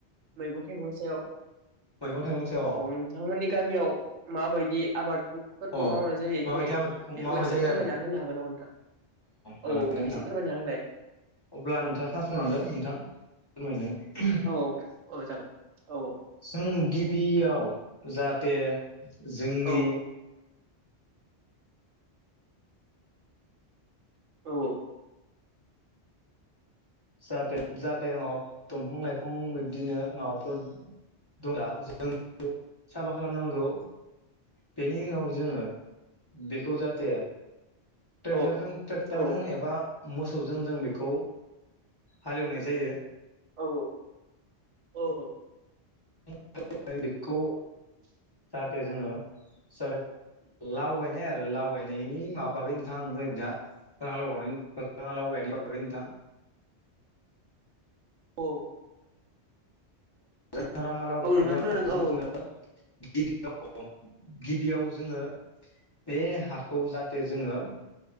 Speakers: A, on the right; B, on the left.
A: मैगं थाइगंनि सायाव
B: मैगं थाइगंनि सायाव
A: औ नोंथांमोननि गामियाव माबायदि आबाद फोरखौ
B: अ
A: मावनाय जायोखे
B: माबायदि आबादखौ
A: बेखौ
B: मावनाय
A: एसे
B: जायो
A: फोरमायना
B: आरो अ
A: होनो हागोन नामा नोंथां
B: हागोन
A: औ
B: दे नोंथां
A: एसे फोरमायना होलाय
B: अब्ला नोंथाङा खानासंलांदो नोंथां फोरमायनो
A: औ औ जागोन औ
B: जों गिबियाव जाहाथे जोंनि
A: औ औ
B: जाहाते जाहाते माबा दंम्फं लायफं बिफां बिब्दिनो माबाफोर दंना जों साफा खालामनांगौ बेनि उनाव जोङो बे खौ जाहाथे ट्रेकजारजों
A: औ
B: ट्रेक्टरजों
A: औ
B: एबा मोसौजों जों बेखौ हालेवनाय जायो
A: औ औ
B: <unintelligible> बेखौ
A: <inaudible>
B: दे जोङो सार लावगायनाय आरो लावगायनायनि मा बागै <unintelligible> नोंथाङा लाव गायनाय बागै नोंथां
A: औ
B: जो राङा लाव गायनायाव
A: औ नोंथां खोनादों
B: जोङो
A: औ
B: गिबियाव गिबियाव जोङो बे हाखौ जाहाथे जोङो